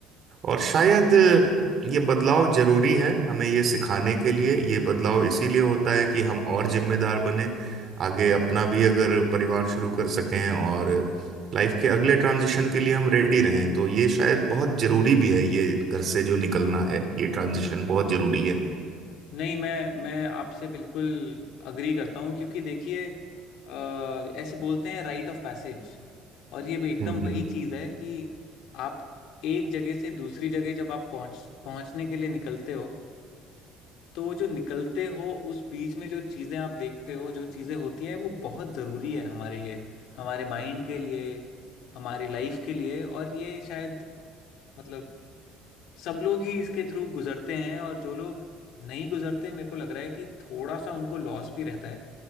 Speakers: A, on the right; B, on the left.
A: और शायद ये बदलाव जरूरी है हमें ये सिखाने के लिए ये बदलाव इसीलिए होता है कि हम और जिम्मेदार बने आगे अपना भी अगर परिवार शुरू कर सकें और लाइफ के अगले ट्रांजिशन के लिए हम रेडी रहें तो ये शायद बहुत जरूरी भी है ये घर से जो निकलना है ये ट्रांजिशन बहुत जरूरी है
B: नहीं मैं मैं आपसे बिल्कुल अग्री करता हूँ क्योंकि देखिए अ, ऐसे बोलते हैं राइट ऑफ पैसेज और ये भी एकदम
A: हम्म
B: वही चीज़ है कि आप एक जगह से दूसरी जगह जब आप पहुँच पहुँचने के लिए निकलते हो तो वो जो निकलते हो उस बीच में जो चीज़ें आप देखते हो जो चीज़ें होती हैं वो बहुत ज़रूरी है हमारे लिए हमारे माइंड के लिए हमारी लाइफ के लिए और ये शायद मतलब सब लोग ही इसके थ्रू गुजरते हैं और जो लोग नहीं गुजरते मेरे को लग रहा है कि थोड़ा सा उनको लॉस भी रहता है